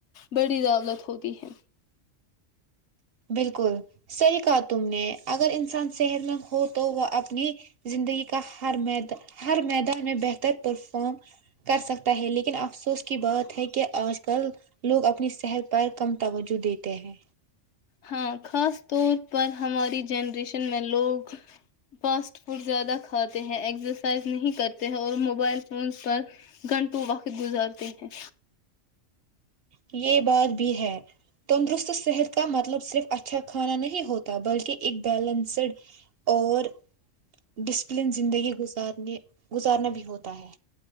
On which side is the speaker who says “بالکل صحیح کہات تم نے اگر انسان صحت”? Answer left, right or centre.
Right